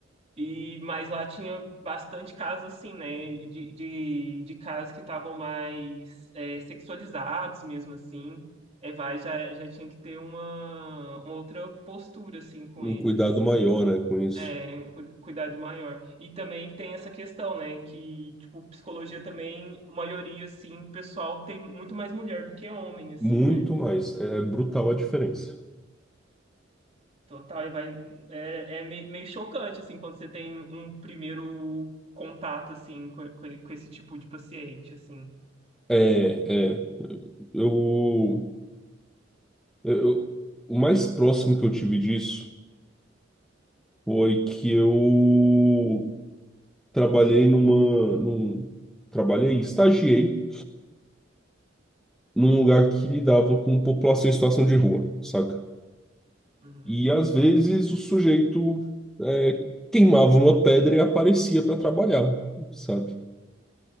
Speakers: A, on the right; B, in the centre.
A: E, mas lá tinha bastante casos assim, né? De, de, de casos que estavam mais é, sexualizados mesmo assim. É, vai, já, já tinha que ter uma, uma outra postura assim com
B: um
A: eles,
B: cuidado
A: assim,
B: maior, né, com isso.
A: é, um cu- cuidado maior. E também tem essa questão, né? Que, tipo, psicologia também, maioria, assim, pessoal tem muito mais mulher do que homem, assim,
B: Muito
A: né?
B: mais, é brutal a diferença.
A: Total, e vai. É, é meio, meio chocante, assim, quando você tem um primeiro contato, assim, com, com, com esse tipo de paciente, assim.
B: É, é, eu, eu, o mais próximo que eu tive disso foi que eu trabalhei numa, num, trabalhei, estagiei num lugar que lidava com população em situação de rua, saca?
A: Uhum.
B: E às vezes o sujeito é, queimava uma pedra e aparecia para trabalhar, sabe?